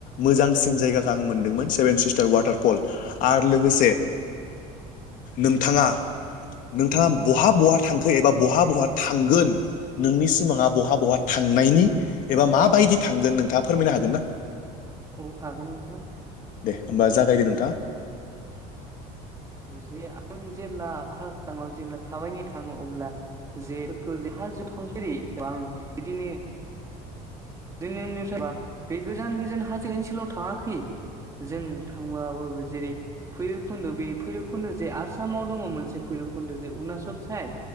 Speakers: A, on the left; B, on the right.
A: मोजांसिन जायगाखौ आं मोनदोंमोन सेभेन सिस्टार वाटारफल आरो लोगोसे नोंथांङा नोंथांङा बहा बहा थांखो एबा बहा बहा थांगोन नोंनि सिमाङा बहा बहा थांनायनि एबा माबायदि थांगोन नोंथाङा फोरमायनो हागोन ना?
B: औ हागोन नोंथां
A: दे होमबा जागायदो नोंथां
B: औ जे आं जेब्ला खारदाङाव जेब्ला थाबायनो थांङो अब्ला जेफोरखौ जेहा जोब थांफेरै एबा बिदिनो <unintelligible> जोंनि ओनसोल बा बे गोजान गोजान हाजो ओनसोलाव थाङाखै जों थांबाबो जेरै भैराबखुन्द' बे भैरबखुन्द' जे आसामाव दङ मोनसे भैरबकुन्द' जे अरुणाचल साइद